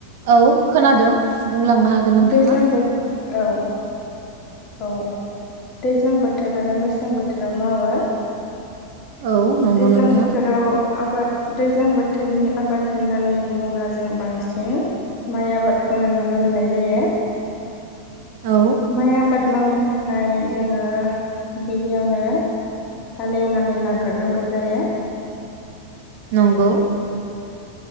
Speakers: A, on the right (about 50°); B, on the left (about 30°).
A: औ। खोनादों। बुंलांनो हागोन नोंथाङा।
B: दैज्लां बोथोर औ। औ। दैज्लां बोथोर आरो मेसें बोथोराव मावो।
A: औ नंगौ
B: दैज्लां
A: नोंथां
B: बोथोराव आबाद दैज्लां बोथोरनि आबाद होननानै बुङोब्ला जोंङो बांसिन माइ आबादखौनो नुनो मोननाय जायो।
A: औ
B: माइ आबाद। मावनो थाखाय जोङो गिबियावनो हालेवनानै ला ग्रोनांगौ जायो।
A: नंगौ।